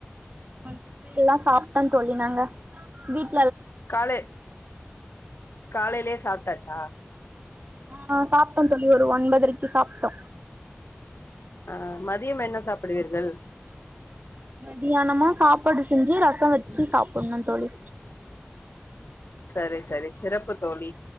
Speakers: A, on the right (about 40°); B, on the left (about 60°).
A: அ எல்லா சாப்ட்டா தோழி நாங்க வீட்
B: காலே காலையிலே சாப்ட்டாச்சா
A: ஆஹ் சாப்ட்டோ தோழி ஒரு ஒன்பதுரைக்கு சாப்ட்டோ
B: அஹ் மதியம் என்ன சாப்பிடுவீர்கள்
A: மதியியானமா சாப்பாடு செஞ்சு ரச வச்சு சாப்ப ணு தோழி
B: சரி சரி சிறப்பு தோழி